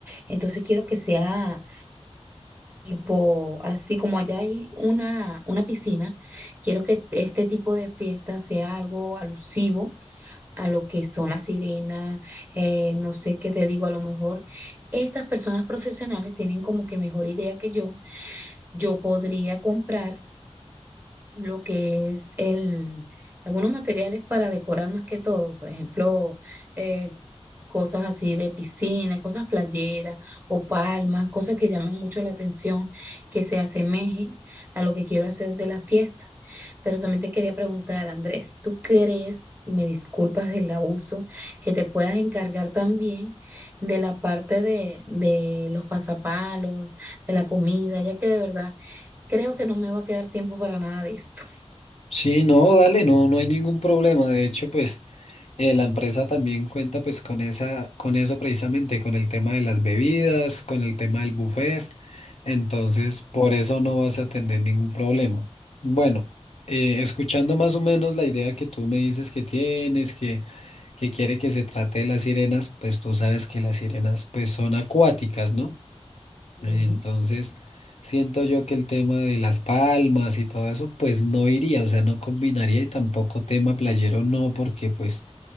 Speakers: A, on the right; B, on the left.
A: Entonces quiero que sea tipo, así como allá hay una, una piscina, quiero que este tipo de fiesta sea algo alusivo a lo que son las sirenas, eh, no sé qué te digo, a lo mejor estas personas profesionales tienen como que mejor idea que yo. Yo podría comprar lo que es el, algunos materiales para decorar más que todo, por ejemplo, eh, cosas así de piscina, cosas playeras o palmas, cosas que llamen mucho la atención, que se asemejen a lo que quiero hacer de la fiesta. Pero también te quería preguntar, Andrés, ¿tú crees, y me disculpas del abuso, que te puedas encargar también de la parte de, de los pasapalos, de la comida, ya que de verdad creo que no me va a quedar tiempo para nada de esto?
B: Sí, no, dale, no, no hay ningún problema. De hecho, pues eh, la empresa también cuenta pues con esa, con eso precisamente, con el tema de las bebidas, con el tema del buffet. Entonces, por eso no vas a tener ningún problema. Bueno, eh, escuchando más o menos la idea que tú me dices que tienes, que, que quiere que se trate de las sirenas, pues tú sabes que las sirenas pues son acuáticas, ¿no?
A: Sí,
B: Entonces, siento yo que el tema de las palmas y todo eso, pues no iría, o sea, no combinaría y tampoco tema playero no, porque pues